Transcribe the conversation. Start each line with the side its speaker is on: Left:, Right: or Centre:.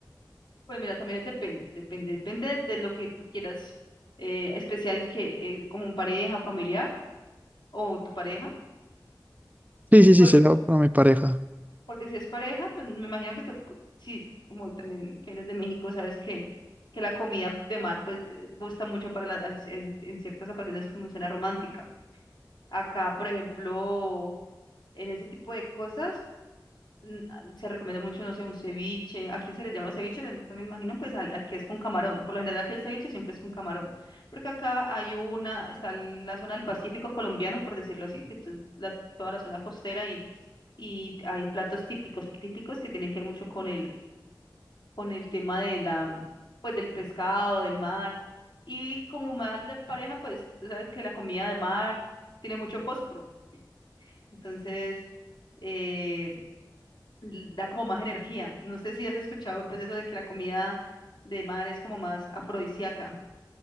Left: Pues mira, también es depende, depende, depende de lo que tú quieras, eh, especial que eh, como pareja, familiar o tu pareja,
Right: Sí, sí, sí,
Left: porque,
Right: sería para mi pareja.
Left: porque si es pareja, pues me imagino que te- si como también que eres de México, sabes que, que la comida de mar pues eh, gusta mucho para la, al- en, en ciertas ocasiones como cena romántica. Acá, por ejemplo, en ese tipo de cosas. mm, ah, se recomienda mucho, no sé, un ceviche. Aquí se le llama ceviche, también me imagino, pues al, al que es con camarón. Por lo general, que el ceviche siempre es con camarón. Porque acá hay una, está la zona del Pacífico colombiano, por decirlo así, que es la- toda la zona costera y, y hay platos típicos, típicos que tienen que ver mucho con el, con el tema de la, pues del pescado, del mar. Y como me hablas de pareja, pues tú sabes que la comida de mar tiene mucho fósforo. Entonces, eh, l- da como más energía. No sé si has escuchado pues eso de que la comida de mar es como más afrodisíaca.